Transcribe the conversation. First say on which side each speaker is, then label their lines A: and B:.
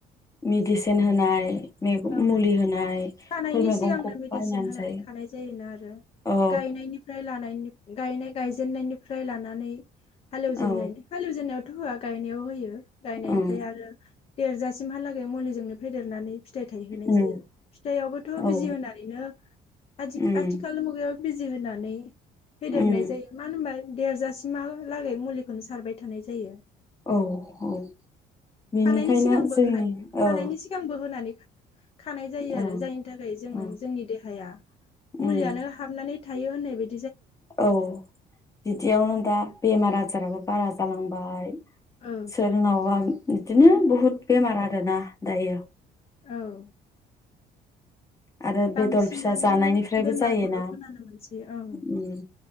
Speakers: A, on the left; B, on the left.
A: मिडिसिन होनाय <unintelligible>
B: औ
A: मुलि होनाय
B: खानायनि
A: फोर मैगंखौ
B: सिगांनो मेडिसिन
A: बायनानै
B: होनानै
A: जायो
B: खानाय जायोना आरो
A: औ
B: गायनायनिफ्राय लानायनि गायनाय-गायजेननायनिफ्राय लानानै हालौ जेननायनि
A: औ
B: हालौ जेननायाव थ' होआ गायनायाव होयो। गायनायनिफ्राय
A: ओं
B: आरो देरजासिमहालागै मुलिजोंनो फेदेरनानै फिथाइ थायहोनाय जायो
A: उम
B: फिथायाइआवबोथ'
A: औ
B: बिजि होनानैनो आथि-आथिखालनि
A: उम
B: मुगायाव बिजि होनानै फेदेरनाय
A: उम
B: जायो मानो होनबा देरजासिमहालागै मुलिखौनो सारबाय थानाय जायो।
A: औ औ बेनिखायनो
B: खानायनि सिगांबो
A: जोंनि
B: खा खानायनि
A: औ
B: सिगांबो होनानै खानाय जायो
A: औ
B: आरो जायनि थाखाय जोङो
A: औ
B: जोंनि देहाया
A: उम
B: मुलियानो हाबनानै थायो होननाय बा
A: औ बिदियावनो दा बेमार आजाराबो बारा जालांबाय।
B: औ
A: सोरनावबा बिदिनो बहुद बेमार आरोना दायो।
B: औ
A: आरो
B: बांसिनानो
A: बेदर फिसा जानायनिफ्रायबो
B: बेमारखौल'
A: जायोना
B: खोनानो मोनसै औ।
A: उम